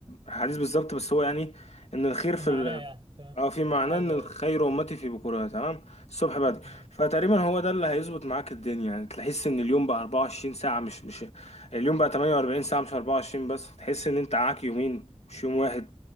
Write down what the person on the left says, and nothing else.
الحديث بالظبط بس هو يعني ان الخير
في ال...
اه في معناه
ان الخير
امتي في بكورها تمام الصبح بدري
فتقريبا هو ده اللي هيظبط معاك الدنيا يعني تحس ان اليوم بقى 24 ساعه مش مش اليوم بقى 48 ساعه مش 24 بس تحس ان انت معاك يومين مش يوم واحد